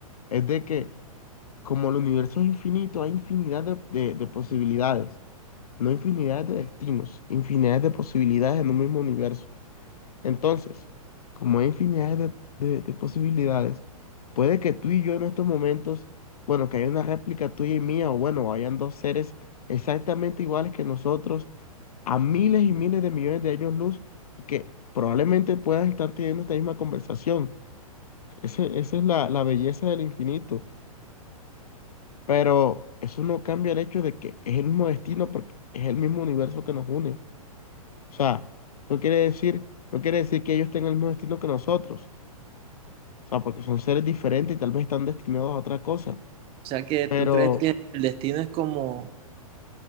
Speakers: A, on the left (about 80°); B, on the right (about 30°).
A: es de que como el universo es infinito, hay infinidad de, de de posibilidades, no infinidad de destinos, infinidad de posibilidades en un mismo universo. Entonces, como hay infinidad de, de- de posibilidades, puede que tú y yo en estos momentos, bueno, que haya una réplica tuya y mía, o bueno, hayan dos seres exactamente iguales que nosotros, a miles y miles de millones de años luz, y que probablemente puedan estar teniendo esta misma conversación. Ese- esa es la, la belleza del infinito. Pero eso no cambia el hecho de que es el mismo destino porque es el mismo universo que nos une. O sea, no quiere decir, no quiere decir que ellos tengan el mismo destino que nosotros. O sea, porque son seres diferentes y tal vez están destinados a otra cosa.
B: O sea que tú
A: Pero
B: crees que el destino es como,